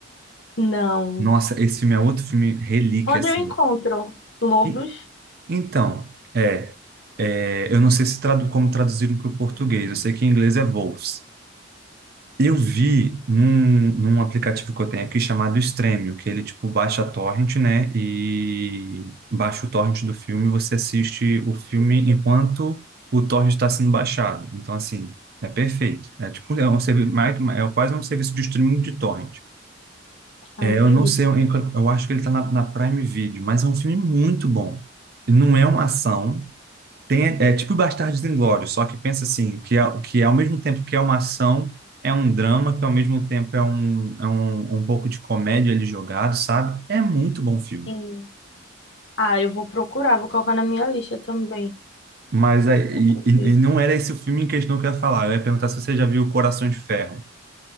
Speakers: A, on the left; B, on the right.
A: Não.
B: Nossa, esse filme é outro filme relíquia,
A: Onde
B: assim.
A: eu encontro lobos?
B: E, então, é, é, eu não sei se tradu como traduziram para o português, eu sei que em inglês é Wolves. Eu vi num, num aplicativo que eu tenho aqui chamado Stremio, que ele tipo baixa a torrent, né? E baixa o torrent do filme, você assiste o filme enquanto o torrent está sendo baixado. Então assim, é perfeito. É tipo é um serviço, é quase um serviço de streaming de torrent.
A: Ah,
B: É,
A: entendi.
B: eu não sei, eu, eu acho que ele está na, na Prime Video, mas é um filme muito bom. Não é uma ação, tem, é tipo Bastardos Inglórios, só que pensa assim, que, é, que é ao mesmo tempo que é uma ação, é um drama, que ao mesmo tempo é um, é um, um pouco de comédia ali jogado, sabe? É muito bom filme.
A: Sim. Ah, eu vou procurar, vou colocar na minha lista também.
B: Mas é, e,
A: Deixa eu
B: e
A: ver.
B: e não era esse o filme em questão que eu ia falar. Eu ia perguntar se você já viu Coração de Ferro.